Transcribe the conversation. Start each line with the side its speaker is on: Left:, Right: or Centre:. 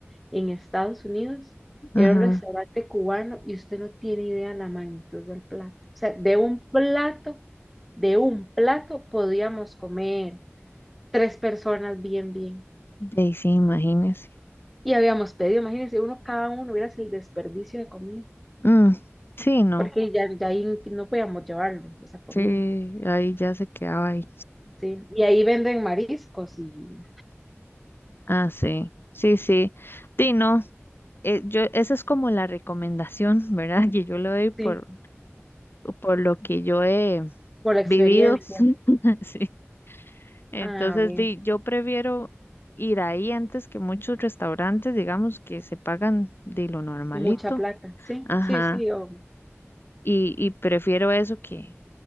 Centre: en Estados Unidos, era
Left: ajá.
Centre: un restaurante cubano y usted no tiene idea la magnitud del plato. O sea, de un plato, de un plato podíamos comer tres personas bien, bien.
Left: De ahí sí, imagínese.
Centre: Y habíamos pedido, imagínense, uno cada uno, hubiera el desperdicio de comida,
Left: Mm, sí, no.
Centre: porque ya, ya ahí no podíamos llevarlo, esa comida,
Left: Sí, ahí ya se quedaba ahí.
Centre: ¿sí? Y ahí venden mariscos y,
Left: Ah, sí, sí, sí. Sí, no, eh, yo, esa es como la recomendación, <laughs> ¿verdad? Que yo le doy por,
Centre: sí,
Left: por lo que yo he
Centre: por la experiencia.
Left: vivido. <laughs> Sí. Entonces,
Centre: Ah, bien.
Left: di, yo prefiero ir ahí antes que muchos restaurantes, digamos, que se pagan de lo normalito.
Centre: Mucha plata, sí,
Left: Ajá.
Centre: sí, sí, o,
Left: Y, y prefiero eso que,